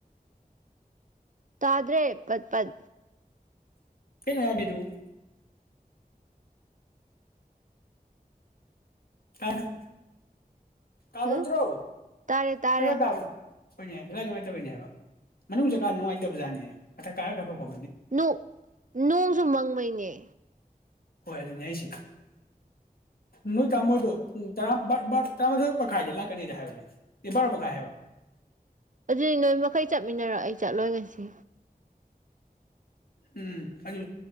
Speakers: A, on the right; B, on the left.
A: ꯇꯗ꯭ꯔꯦ ꯄꯠꯄꯠ
B: <unintelligible> ꯀꯗꯨ ꯀꯥꯕꯟ
A: ꯍ
B: ꯇ꯭ꯔꯣ
A: ꯇꯥꯔꯦ ꯇꯥꯔꯦ
B: ꯈꯔ ꯇꯥꯕꯅꯤ ꯍꯣꯏꯅꯦ ꯀꯗꯥꯥꯏ ꯅꯨꯡꯉꯥꯏꯇꯕꯒꯤꯅꯦ ꯍꯥꯏꯕ ꯃꯅꯨꯡ ꯀꯥ ꯅꯨꯡꯉꯥꯏꯇꯕꯖꯥꯠꯅꯦ ꯑꯊꯛ ꯀꯥꯔ ꯈꯔ ꯐꯥꯎ
A: ꯅꯨꯡ ꯅꯣꯡꯁꯨ ꯃꯪꯕꯒꯤꯅꯦ
B: ꯍꯣꯏ ꯑꯗꯨꯅꯦ ꯑꯩꯁꯦ ꯅꯣꯏ ꯇꯥꯃꯣꯗꯣ ꯇꯔꯥꯃꯥꯊꯣꯏ ꯃꯈꯥꯏꯗ ꯂꯥꯛꯀꯅꯤꯗ ꯍꯥꯏꯕꯅꯦ ꯅꯤꯄꯥꯜ ꯃꯈꯥꯏ ꯍꯥꯏꯕ
A: ꯑꯗꯨꯗꯤ ꯅꯣꯏ ꯃꯈꯩ ꯆꯠꯃꯤꯟꯅꯔꯣ ꯑꯩ ꯆꯠꯂꯣꯏ ꯉꯁꯤ
B: ꯎꯝ ꯑꯗꯨ